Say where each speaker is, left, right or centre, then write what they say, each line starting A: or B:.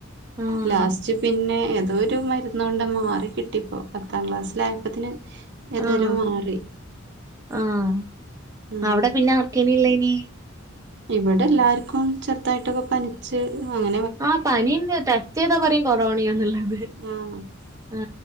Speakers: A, on the right; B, on the right.
A: ആഹ്
B: ലാസ്റ്റ് പിന്നെ ഏതോരു മരുന്ന് കൊണ്ട മാറി കിട്ടിപ്പോ പത്താം ക്ലാസ്സിലായപ്പത്തിന് ഏതായാലും
A: ആഹ്
B: മാറി
A: ആഹ്
B: ഉം
A: അവടെ പിന്നെ ആർക്കേനി ഇല്ലെനി
B: ഇവിടെ എല്ലാർക്കും ചെറുതായിട്ടൊക്കെ പനി ച് <unintelligible>
A: ആഹ് പനിണ്ട് ടെസ്റ്റെയ്ത പറിം കൊറോണയാന്നുള്ളത്
B: <unintelligible>
A: ആ